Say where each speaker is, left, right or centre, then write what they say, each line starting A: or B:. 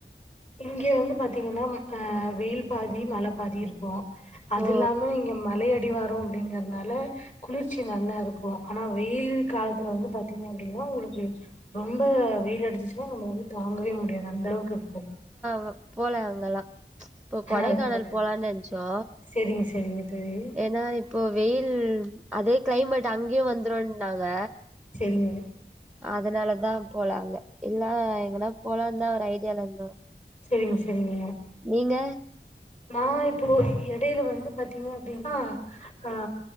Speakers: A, on the left; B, in the centre.
A: இங்க வந்து பாத்தீங்கன்னா அ வெயில் பாதி மழ பாதி இருக்கு அது
B: ஓ
A: இல்லாம இங்க மலை அடிவா ரோ அப்டிங்கிறதுனால குளிர்ச்சி நல்லா இருக்கு ஆனா வெயில் காலத்துல வந்து பாத்தீங்க அப்டினா உங்களுக்கு ரொம்ப வெயில் அடிச்சிச்சினா நம்ப வந்து தாங்கவே முடி அந்தளவுக்கு இருக்கு
B: இப்ப போல அங்கல்லா இப்போ கொடைக்கானல்
A: அது போல
B: போலான்னு நெனச்சோ
A: சரிங்க சரிங்க தோழி.
B: ஏன்னா இப்போ வெயில் அதே கிளைமேட் அங்கயு வந்துருன் னாங்க
A: சரிங்க
B: அதனாலதா போலாங்க இல்லா எங்கனா போலாந்தா ஒரு ஐ டியாலந்தோ
A: சேரிங்க சேரிங்க
B: நீங்க
A: நா இப்போ எடையில வந்து பாத்தீங்க அப்டின்னா ஆ